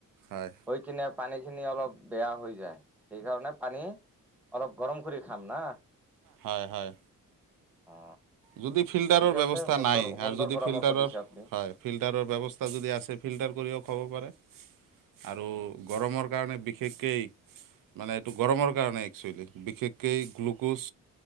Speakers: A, on the right; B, in the centre.
A: হয়
B: হৈ কিনে পানীখিনি অলপ বেয়া হৈ যায়। সেইকাৰণে পানী অলপ গৰম কৰি খাম না।
A: হয়, হয়।
B: অ
A: যদি ফিল্টাৰৰ
B: ঠিক আছে
A: ব্যৱস্থা
B: সুন্দৰ
A: নাই
B: সুন্দৰ
A: আৰু যদি
B: পৰামৰ্শ
A: ফিল্টাৰৰ,
B: দিছে আপুনি
A: হয়। ফিল্টাৰৰ ব্যৱস্থা যদি আছে ফিল্টাৰ কৰিও খাব পাৰে। আৰু গৰমৰ কাৰণে বিশেষকেই মানে এইটো গৰমৰ কাৰণে একচুৱেলি, বিশেষকৈ গ্লুক'জ